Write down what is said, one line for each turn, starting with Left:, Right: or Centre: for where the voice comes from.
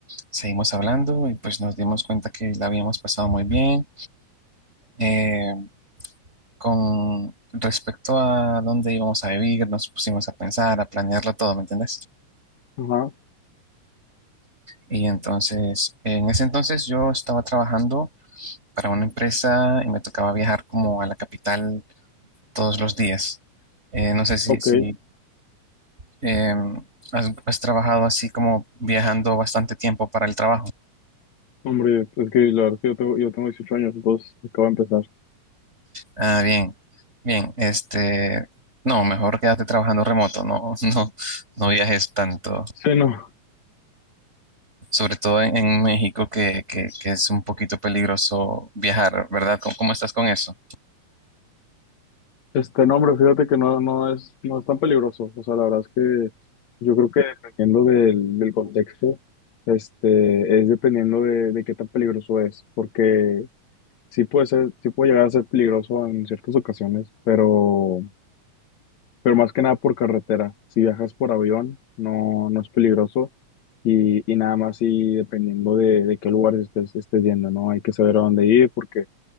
Right: seguimos hablando y pues nos dimos cuenta que la habíamos pasado muy bien. Eh, con respecto a dónde íbamos a vivir, nos pusimos a pensar, a planearlo todo, ¿me entendés?
Left: Ajá,
Right: Y entonces, en ese entonces yo estaba trabajando para una empresa y me tocaba viajar como a la capital todos los días. Eh, no sé si,
Left: ok.
Right: si em, has has trabajado así como viajando bastante tiempo para el trabajo.
Left: Hombre, es que la verdad es que yo tengo, yo tengo 18 años, entonces acabo de empezar.
Right: Ah, bien, bien, este, no, mejor quédate trabajando remoto, no, <laughs> no, no viajes tanto,
Left: Sí, no.
Right: sobre todo en, en México que, que, que es un poquito peligroso viajar, ¿verdad? ¿Cómo, cómo estás con eso?
Left: Este nombre, fíjate que no, no es, no es tan peligroso. O sea, la verdad es que yo creo que dependiendo del, del contexto, este, es dependiendo de, de qué tan peligroso es. Porque sí puede ser, sí puede llegar a ser peligroso en ciertas ocasiones, pero, pero más que nada por carretera. Si viajas por avión, no, no es peligroso. Y, y nada más y dependiendo de, de qué lugares estés, estés yendo, ¿no? Hay que saber a dónde ir, porque